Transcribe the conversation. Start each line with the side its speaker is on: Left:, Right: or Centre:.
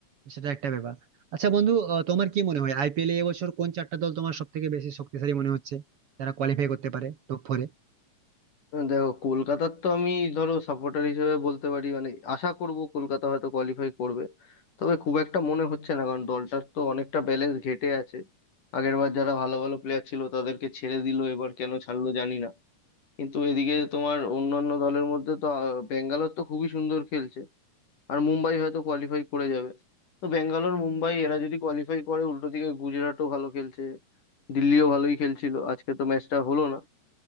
Right: সেটা একটা ব্যাপার আচ্ছা বন্ধু আহ, তোমার কি মনে হয় আইপিএল এ এবছর কোন চারটা দল তোমার সব থেকে বেশি শক্তিশালী মনে হচ্ছে যারা কোয়ালিফাই করতে পারে টপ ফোরে
Left: দেখো কলকাতার তো আমি ধরো সাপোর্টার হিসেবে বলতে পারি মানে আশা করব কলকাতা হয়তো কোয়ালিফাই করবে তবে খুব একটা মনে হচ্ছে না কারণ দলটার তো অনেকটা ব্যালেন্স ঘেটে আছে আগেরবার যারা ভালো ভালো প্লেয়ার ছিল তাদেরকে ছেড়ে দিল এবার কেন ছাড়লো জানি না কিন্তু এদিকে তোমার অন্যান্য দলের মধ্যে তো আহ, ব্যাঙ্গালোর তো খুবই সুন্দর খেলছে আর মুম্বাই হয়তো কোয়ালিফাই করে যাবে তো ব্যাঙ্গালোর মুম্বাই এরা যদি কোয়ালিফাই করে উল্টো দিকে গুজরাটও ভালো খেলছে দিল্লিও ভালোই খেলছিল আজকে তো ম্যাচটা হলো না